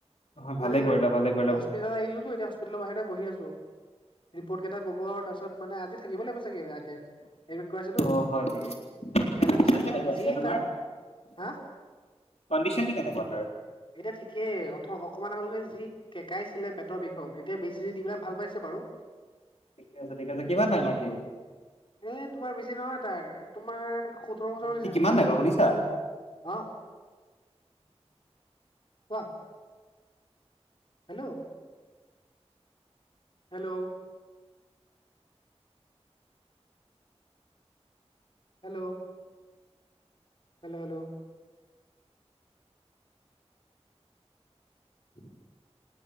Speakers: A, on the left (about 70°); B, on the left (about 50°).
A: অ
B: মানে
A: ভালে কৰিলা ভালে কৰিলা
B: হস্পিতাল আহিলোতো এতিয়া সস্পিটেলৰ বাহিৰতে বহি আছোঁ, ৰিপৰ্টকেইটা ক'ব আৰু তাৰপছত মানে আজি থাকিব লাগিব চাগে তাতে। এডমিট কৰাইছেতো
A: অ হয় নেকি
B: কাইলে টিচাৰ
A: কণ্ডিচন কেনেকুৱা
B: দিব,
A: এতিয়া
B: যি
A: তোমাৰ
B: তাৰ হা?
A: কণ্ডিচনটো কেনেকুৱা তাৰ?
B: এতিয়া ঠিকেই, অথ-অকমান আগলৈকে যি কেকাইছিলে পেটৰ বিষয়ত, এতিয়া বেজী দি পেলাই ভাল পাইছে বাৰু।
A: ঠিকে আছে, ঠিক আছে। কিমান ডাঙৰ সি?
B: এ, তোমাৰ বেছি নহয় তাৰ, তোমাৰ সোতৰ বছৰ হৈছে,
A: সি কিমান
B: সোতৰ
A: ডাঙৰ
B: বছৰ।
A: শুনিছা
B: অ'। কোৱা? Hello. Hello. Hello. Hello, hello. <inaudible>